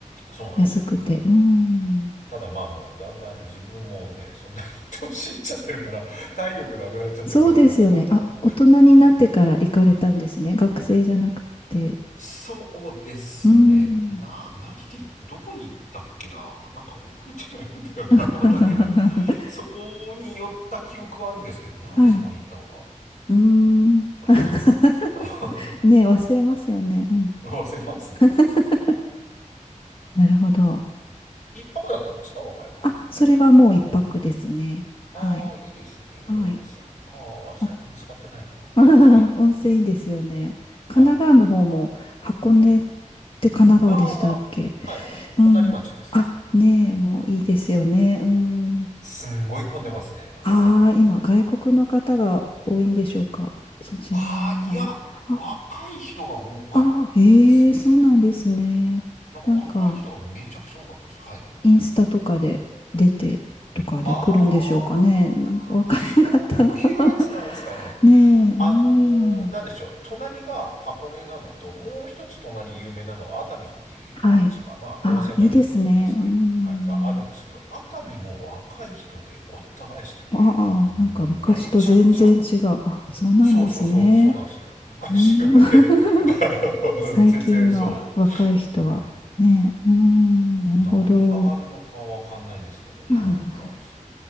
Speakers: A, on the left; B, on the left.
A: そうなんですよ
B: 安くて。うん。
A: ただまあもうだんだん自分もねそんなに <laughs> 年いっちゃってるから体力なくなっちゃってるからなんかだんだん
B: そうですよね。あ、大人になってから行かれたんですね。学生じゃなくて。
A: そうですね。
B: うーん。
A: な、何で、どこに行ったっけな。なんか覚えてないんだよな。
B: <laughs>
A: <laughs> なんだっけな。そこに寄った記憶はあるんですけど、なんでそこに行ったのか
B: はい。うーん。
A: 忘れちゃっ
B: <laughs>
A: た。
B: ねえ、忘れますよね。うん。
A: <laughs> 忘れますね。
B: <laughs> なるほど。
A: 一泊だったんですか和歌山は。
B: あ、それはもう一泊ですね。
A: ああ、
B: はい。
A: いいですね。
B: はい。
A: 温泉か。最近使ってないな。
B: あ、<laughs>
A: はい。
B: 温泉いいですよね。
A: はい。
B: 神奈川の方も箱根って神奈川でしたっけ
A: ああ、はい。
B: うん。
A: 隣町です。
B: あ、ねえ、もういいですよね。うん。
A: すんごい混んでますね。なんか最近箱根。
B: ああ、今、外国の方が多いんでしょうか。そちらも。
A: ああ、いや、
B: あ
A: 若い人が多かったですね。
B: あ、ええそうなんですね。
A: なんか若い人がめちゃくちゃ多かったです。
B: なんか、
A: はい。
B: インスタとかで出てとかで来るんでしょうかね。
A: あー、
B: なんか若い方
A: そういうやつなんですかね。
B: <laughs> ねえ、うん。
A: あのー、なんでしょう。隣が箱根なのと、もう一つ隣有名なのが熱海っていう町が、
B: はい。
A: まあ温泉街ですね。
B: ああ、いいですね。うん。
A: はい、があるんですけど、熱海も若い人でごった返してて、
B: ああ、
A: うんめちゃくちゃ、
B: なんか昔と全然違う。あ、そうなんですね。
A: そうそうそう、そうなんですよ。昔はね、
B: うーん <laughs>
A: <laughs> あの全然そ
B: 最近の若い人はね、
A: う。うん
B: うーん、なるほど。
A: 何があるのかわかんないんですけど、
B: <laughs>
A: そうなんですよ。